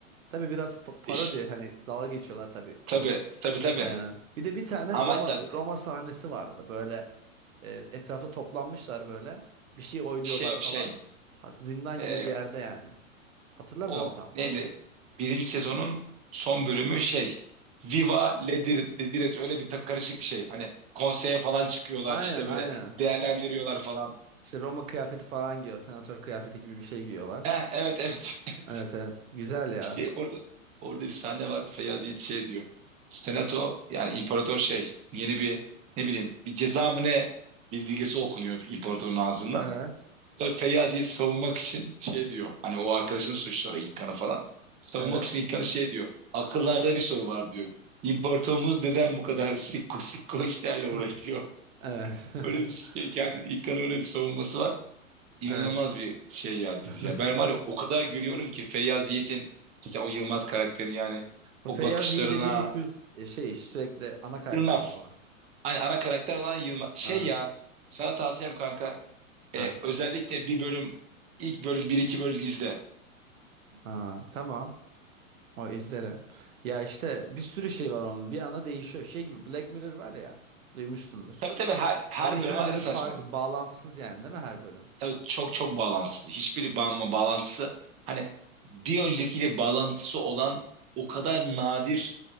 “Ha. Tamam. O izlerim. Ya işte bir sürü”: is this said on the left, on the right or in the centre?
Right